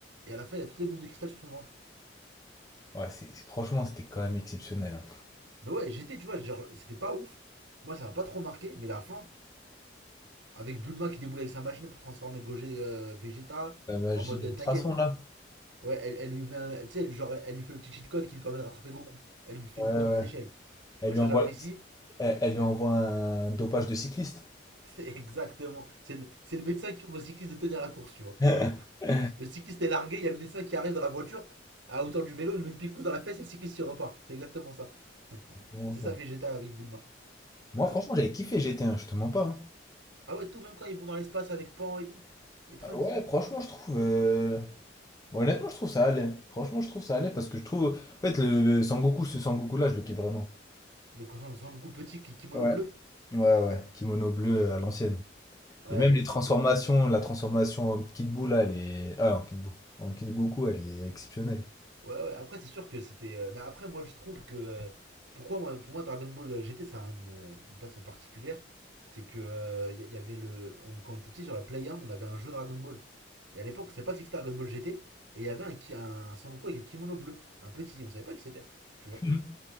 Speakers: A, on the right; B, on the left.
A: Et à la fin, il a toutes les boules de cristal sur son ventre.
B: Ouais, c'est, c'est- franchement, c'était quand même exceptionnel. hein.
A: Mais ouais, j'étais, tu vois, genre, c'était pas ouf. Moi, ça m'a pas trop marqué, mais la fin, avec Bulma qui déboule avec sa machine pour transformer Gogeta, euh, Vegeta,
B: La magie
A: en mode,
B: de
A: euh,
B: l'ultrason,
A: t'inquiète.
B: là.
A: Ouais, elle, elle lui fait un- tu sais, elle, genre, elle lui fait le petit cheat code qui lui permet de rattraper Goku. Elle lui fait
B: Ouais,
A: une petite
B: ouais.
A: courte échelle. Tu
B: Elle
A: vois,
B: lui
A: ça,
B: envoie,
A: j'apprécie.
B: elle, elle lui envoie un dopage de cycliste.
A: <laughs> C'est exactement. C'est le, c'est le médecin qui fait au cycliste de tenir la course, tu vois.
B: <laughs> C'est
A: Le cycliste est largué, il y a le médecin qui arrive dans la voiture à hauteur du vélo, il lui met une picousse dans la fesse et le cycliste s'y repart. C'est exactement ça.
B: exactement
A: C'est
B: ça.
A: ça Vegeta avec Bulma.
B: Moi,
A: Euh,
B: franchement, j'avais kiffé GT1, je te mens pas. hein.
A: Ah ouais, tout, même quand ils vont dans l'espace avec Pan et tout. Et Trunks.
B: Ah Ouais, franchement, je trouve. euh, Honnêtement, je trouve ça allait. Franchement, je trouve ça allait parce que je trouve. En fait, le, le Sangoku, ce Sangoku-là, je le kiffe vraiment.
A: Donc on sent beaucoup petit, kimono
B: Ouais.
A: bleu.
B: Ouais, ouais, kimono bleu euh, à l'ancienne.
A: Ouais,
B: Et même les transformations, la transformation en Kid Buu, là, elle est... Ah, en Kid Buu. En Kid Goku, elle est exceptionnelle.
A: ouais, ouais. Après, c'est sûr que c'était. euh, Mais après, moi, je trouve que. euh, Pourquoi, moi, pour moi, Dragon Ball GT, ça a une, euh, une place particulière. C'est que. euh, Il euh, y, y avait le. on- quand on était petit sur la Play 1, on avait un jeu Dragon Ball. Et à l'époque, on savait pas que c'était Dragon Ball GT. Et il y avait un, un Sangoku avec un kimono bleu, un petit, on savait pas qui c'était, tu vois.
B: Mhm.